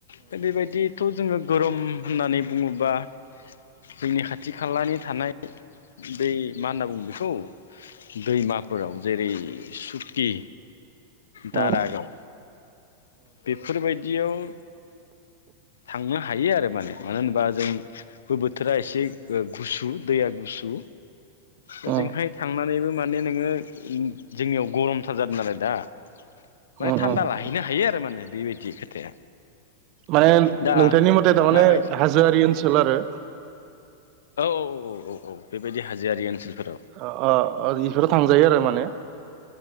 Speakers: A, on the left; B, on the right.
A: दा बेबायदिथ' जोङो गरम होननानै बुङोबा जोंनि खाथि खालानि थानाय बै मा होनना बुङो बेखौ दैमाफोराव जेरै सुकि
B: उम
A: दारागाव बिफ फोर बायदियाव ओ थांनो हायो आरो माने मानो होनबा जों बो बोथोरा एसे ओ गुसु दैया गुसु ओजोंहाय
B: उम
A: थांनानैबो माने नोङो उम जोंनियाव गरमथार जादों नालाय दा माने
B: उम
A: थान्दा
B: उम
A: लाहै हैनो हायो आरो माने बेबायदि खोथाया
B: माने
A: दा
B: नोंथांनि मटे टामाने
A: माबायदि
B: हाजोआरि ओनसोल आरो
A: औ औ औ बेबायदि हाजोआरि ओनसोलफोराव
B: अ ओ ओ इफोराव थांजायो आरो माने